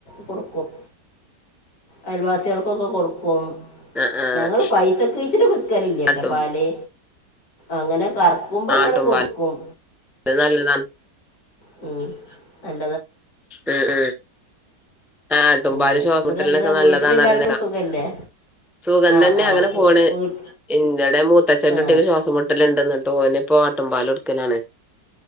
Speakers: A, on the left; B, in the centre.
A: കൊട്ക്കും അയൽവാസികള്ക്കൊക്കെ കൊടുക്കും
B: ആഹ് ആഹ്
A: ഞങ്ങള് പൈസ ക്ക് ച്ചിട്ട് വിക്കലില്ലേട്ടാ
B: ആട്ടും
A: പാല് അങ്ങനെ കറക്ക്മ്പോ അങ്ങനെ
B: ആട്ടുംപാല്
A: കൊടുക്കും
B: നല്ലതാണ്
A: <unintelligible>
B: ഉം ഉം ആട്ടുംപാല്
A: അങ്ങനെ
B: ശ്വാസെമെട്ടലിനൊക്കെ
A: എന്നിട്ട് എന്താ
B: നല്ലതാണ്
A: വീട്ടിലെല്ലാവർക്കും
B: അറിയന്നാതാ
A: സുഖമല്ലേ
B: സുഖം
A: ആ
B: തന്നെ
A: ആ
B: അങ്ങനെ
A: വീ-
B: പോണ്
A: വീ-
B: ഇങ്ങടെ മൂത്തച്ഛൻ്റെ
A: ആ
B: കുട്ടിക്ക് ശ്വാസംമെട്ടലെണ്ടന്ന് കേട്ടോ ഒന് പോ ആട്ടും പാല് കൊട്ക്കാലാണ്